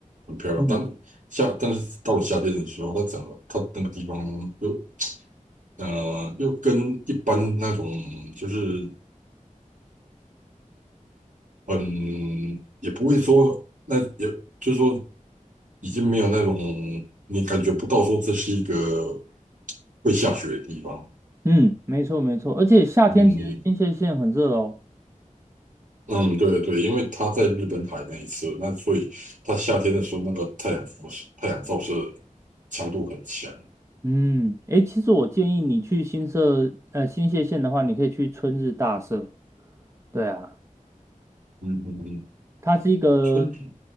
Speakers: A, on the right; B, on the right.
A: 很漂亮。
B: 嗯
A: 但夏，但是到了夏天的时候，它整个它那个地方又呃又跟一般那种就是嗯，也不会说那也就是说已经没有那种你感觉不到说这是一个会下雪的地方。
B: 嗯，没错没错，而且夏天其实新泻县很热哦。
A: 嗯嗯，对对对，因为他在日本海那一次，那所以他夏天的时候，那个太阳辐射、太阳照射强度很强。
B: 嗯，诶，其实我建议你去新社呃新泻县的话，你可以去春日大社。对啊。
A: 嗯嗯嗯，
B: 它是一个，
A: 春天